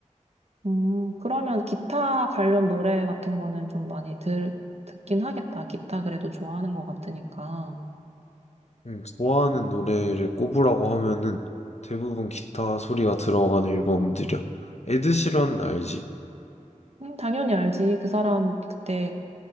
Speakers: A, on the right; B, on the left.
A: 음, 그러면 기타 관련 노래 같은 거는 좀 많이 들, 듣긴 하겠다. 기타 그래도 좋아하는 것 같으니까.
B: 음, 좋아하는 노래를 꼽으라고 하면은 대부분 기타 소리가 들어간 앨범들이야. 에드시런 알지?
A: 음, 당연히 알지. 그 사람 그때